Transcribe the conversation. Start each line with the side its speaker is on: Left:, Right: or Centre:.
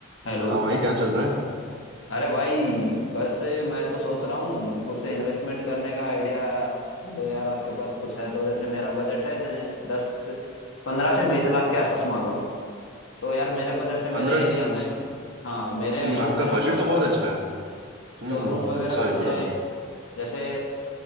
Left: Hello
Right: हाँ भाई क्या चल रहा है
Left: अरे भाई बस मैं तो सोच रहा हूँ कुछ इन्वेस्टमेंट करने का आइडिया दे दो यार आपके पास कुछ है तो जैसे मेरा बजट है दे- दस पंद्रह से बीस लाख के आसपास मान लो तो यार मेरे को जैसे मेरे
Right: पंद्रह
Left: एरिया
Right: से बीस
Left: में
Right: लाख
Left: हाँ मेरे
Right: हम्म
Left: एरिया
Right: आपका
Left: में मेरे को
Right: बजट
Left: है ना
Right: तो बहुत
Left: कोई
Right: अच्छा है हम्म
Left: स्टोर
Right: हम्म
Left: रूम
Right: हम्म
Left: वगैरह
Right: सॉरी
Left: खुल जाए
Right: बताओ बताओ
Left: जैसे